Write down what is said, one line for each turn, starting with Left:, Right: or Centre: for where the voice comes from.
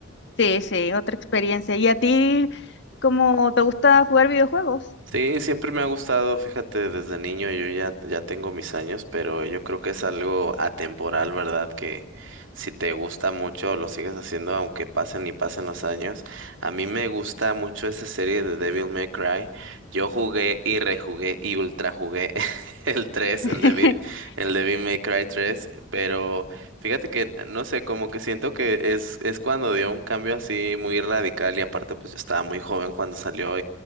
Left: Sí, sí, otra experiencia. ¿Y a ti, cómo te gusta jugar videojuegos?
Right: Sí, siempre me ha gustado, fíjate, desde niño yo ya, ya tengo mis años, pero yo creo que es algo atemporal, ¿verdad? Que si te gusta mucho lo sigues haciendo aunque pasen y pasen los años. A mí me gusta mucho esa serie de Devil May Cry. Yo jugué y rejugué y ultra jugué <laughs> el 3,
Left: <laughs>
Right: el Devil, el Devil May Cry tres. pero fíjate que, no sé, como que siento que es, es cuando dio un cambio así muy radical y aparte pues yo estaba muy joven cuando salió